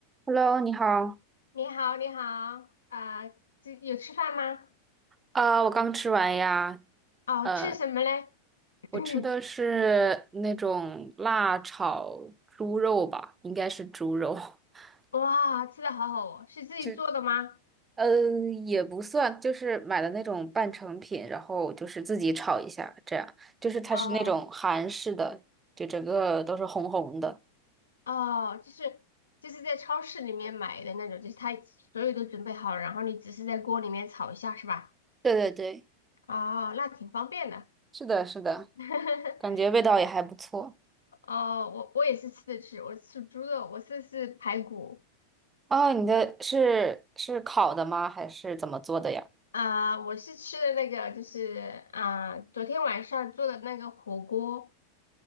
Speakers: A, on the right; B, on the left.
A: Hello，你好
B: 你好，你好，啊、这有吃饭吗？
A: 啊我刚吃完呀。
B: 哦，
A: 呃，
B: 吃什么嘞？<clears throat>
A: 我吃的是那种辣炒猪肉吧，应该是猪肉。<laughs>
B: 哇，吃的好好哦，是自己做的吗？
A: 就嗯，也不算，就是买的那种半成品，然后就是自己炒一下，这样。就是它是那种韩式的，
B: 哦
A: 就整个都是红红的。
B: 哦，就是就是在超市里面买的那种，就是他所有都准备好了，然后你只是在锅里面炒一下，是吧？
A: 对对对，
B: 哦，那挺方便的。
A: 是的，是的，
B: <laughs>
A: 感觉味道也还不错。
B: 哦，我我也是吃的吃，我吃猪肉，我吃的是排骨
A: 哦，你的是是烤的吗？还是怎么做的呀？
B: 啊、我是吃的那个，就是啊、昨天晚上做的那个火锅。